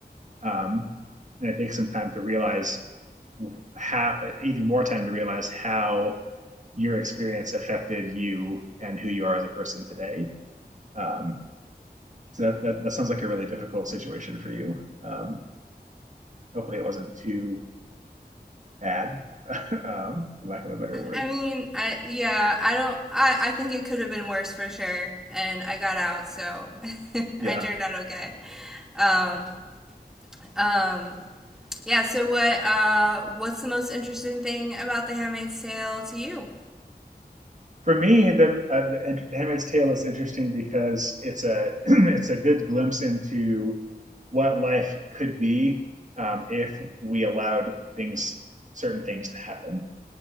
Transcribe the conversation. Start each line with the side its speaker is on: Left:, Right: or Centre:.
Right: Um, and it takes some time to realize how, even more time to realize how your experience affected you and who you are as a person today. Um, so that, that, that sounds like a really difficult situation for you. Um, hopefully it wasn't too bad, <laughs> um, for lack of a better word.
Centre: I mean, I yeah, I don't. I I think it could have been worse for sure, and I got out, so <laughs>
Right: Yeah,
Centre: I turned out okay. Um, um, yeah. So what? Uh, what's the most interesting thing about The Handmaid's Tale to you?
Right: for me, the, uh, the, the Handmaid's Tale is interesting because it's a <clears throat> it's a good glimpse into what life could be um, if we allowed things certain things to happen.